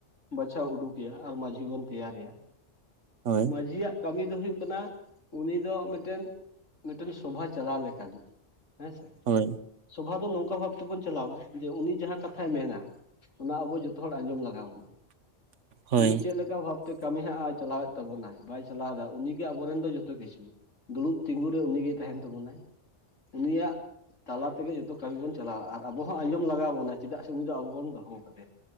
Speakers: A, on the left (about 80°); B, on the right (about 75°).
A: ᱵᱟᱪᱷᱟᱣ ᱩᱰᱩᱠᱮᱭᱟ ᱟᱨ ᱢᱟᱺᱡᱷᱤ ᱵᱚᱱ ᱛᱮᱭᱟ ᱨᱮᱭᱟ
B: ᱦᱳᱭ
A: ᱢᱟᱺᱡᱷᱤᱭᱟᱜ ᱠᱟᱹᱢᱤ ᱫᱚ ᱦᱩᱭᱩᱜ ᱠᱟᱱᱟ ᱩᱱᱤ ᱫᱚ ᱢᱤᱫᱴᱮᱱ ᱢᱤᱫᱴᱮᱱ ᱥᱚᱵᱷᱟ ᱪᱟᱞᱟᱣ ᱞᱮᱠᱟᱱᱤᱡ᱾ ᱦᱮᱸ ᱥᱮ
B: ᱦᱳᱭ
A: ᱥᱚᱵᱷᱟ ᱫᱚ ᱱᱚᱝ ᱠᱟ ᱵᱷᱟᱵ ᱛᱮᱵᱚᱱ ᱪᱟᱞᱟᱣᱟ ᱡᱮ ᱩᱱᱤ ᱡᱟᱦᱟᱸ ᱠᱟᱛᱷᱟᱭ ᱢᱮᱱᱟ ᱚᱱᱟ ᱟᱵᱚ ᱡᱚᱛᱚ ᱦᱚᱲ ᱟᱸᱡᱚᱢ ᱞᱟᱜᱟᱣ ᱵᱚᱱᱟ
B: ᱦᱳᱭ
A: ᱩᱱᱤ ᱪᱮᱫᱞᱮᱠᱟ ᱵᱷᱟᱵᱛᱮ ᱠᱟᱹᱢᱤ ᱦᱟᱜᱼᱟᱭ ᱪᱟᱞᱟᱣᱮᱫ ᱛᱟᱵᱚᱱᱟᱭ ᱵᱟᱭ ᱪᱟᱞᱟᱣᱮᱫᱟ ᱩᱱᱤᱜᱮ ᱟᱵᱚᱨᱮᱱ ᱫᱚ ᱡᱚᱛᱚ ᱠᱤᱪᱷᱩ ᱫᱩᱲᱩᱵ ᱛᱤᱸᱜᱩ ᱨᱮ ᱩᱱᱤ ᱜᱮ ᱛᱟᱦᱮᱱ ᱛᱟᱵᱚᱱᱟᱭ ᱩᱱᱤᱭᱟᱜ ᱛᱟᱞᱟ ᱛᱮᱜᱮ ᱡᱚᱛᱚ ᱠᱟᱹᱢᱤ ᱵᱚᱱ ᱪᱟᱞᱟᱣᱼᱟ ᱟᱨ ᱟᱵᱚ ᱦᱚᱸ ᱟᱸᱡᱚᱢ ᱞᱟᱜᱟᱣ ᱵᱚᱱᱟ ᱪᱮᱫᱟᱜ ᱥᱮ ᱩᱱᱤ ᱫᱚ ᱟᱵᱚ ᱵᱚᱱ ᱫᱚᱦᱚ ᱟᱠᱟᱫᱮᱭᱟ